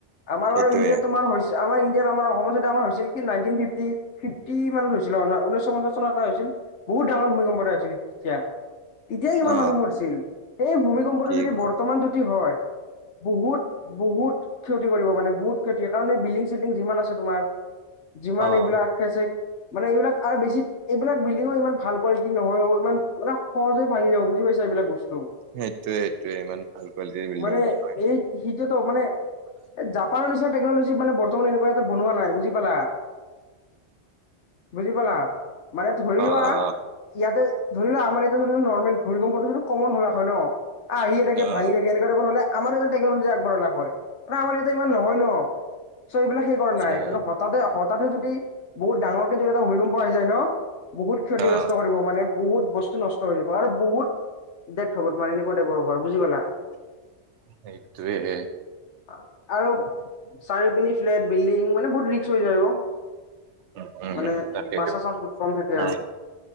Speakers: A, on the left; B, on the right.
A: আমাৰ
B: সেইটোৱে
A: বাৰু ইণ্ডিয়াত তোমাৰ হৈছ আমাৰ ইণ্ডিয়াত আমাৰ অসমতে আমাৰ হৈছিল কি নাইণ্টিন ফিফটি -ফিফটি মানত হৈছিল ঊনৈশ পঞ্চাছ এ হৈছিল বহুত ডাঙৰ ভূমিকম্প এ হৈছিল তেতিয়া তেতিয়াই কিমান
B: অ
A: মানুহ মৰিছিল। এই ভূমিকম্পটো
B: কি
A: যদি
B: কোৱা
A: বৰ্তমান যদি হয়। বহুত বহুত ক্ষতি কৰিব মানে বহুত ক্ষতি কাৰণ এই বিল্ডিং চিল্ডিং যিমান আছে তোমাৰ যিমান
B: অ
A: এইবিলাক আছে মানে এইবিলাক আৰু বেছি। এইবিলাক বিল্ডিঙৰ ইমান ভাল কোৱালিটি নহয় অও ইমান সহজে ভাঙি যাব বুজি পাইছ এইবিলাক বস্তু
B: সেইটোয়ে সেইটোয়ে ইমান ভাল কোৱালিটিৰ বিল্ডিং
A: মানে
B: নহয়
A: এই সেইটো তো মানে এই জাপানৰ নিচিনা টেকনলজি মানে বৰ্তমান এনেকুৱা এটা বনোৱা নাই বুজি পালা? বুজি পালা? মানে ধৰি
B: অ
A: লোৱা
B: অ
A: ইয়াতে ধৰি লোৱা আমাৰ ইয়াত ধৰি ল নৰ্মেল ভৰিকম্পটোদিটো কমন হলা হয় ন? আহিয়ে থাকে
B: অ
A: ভাঙিয়ে থাকে এনেকুৱা টাইপৰ হলে আমাৰ ইয়াতে টেকনলজি আগবঢ়ায় না হয়, আমাৰ ইয়াতে ইমান নহয় ন? চ' এইবিলাক সেই কৰা
B: আচ্ছা
A: নাই, কন্তো হঠাতে হঠাতে যদি বহুত ডাঙৰকে যদি এটা ভূমিকম্প আহি যায় ন বহুত ক্ষতিগ্ৰস্ত
B: অ
A: কৰিব মানে বহুত বস্তু নষ্ট হৈ যাব আৰু বহুত দে থবত মানে এনেকুৱা টাইপৰ হব আৰু বুজি পালা?
B: সেইটোৱে।
A: আ আৰু চাৰি পিনি ফ্লেট, বিল্ডিং মানে বহুত ৰিক্স হৈ যায় অ।
B: উম উম
A: মানে
B: উম তাকেইতো
A: বাচা চাঞ্চ বহুত কম থাকে
B: নাই
A: আৰু।